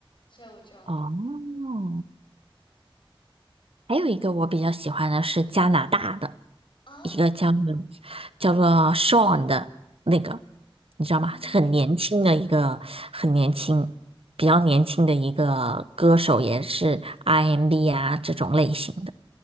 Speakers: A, on the left (about 60°); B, on the right (about 85°).
A: 所以我就
B: 哦，还有一个我比较喜欢的是加拿大的。
A: 啊，
B: 一个叫嗯叫做 Sean 的那个，你知道吗？
A: 嗯，
B: 很年轻的一个，很年轻，比较年轻的一个歌手，也是 R&B 啊这种类型的。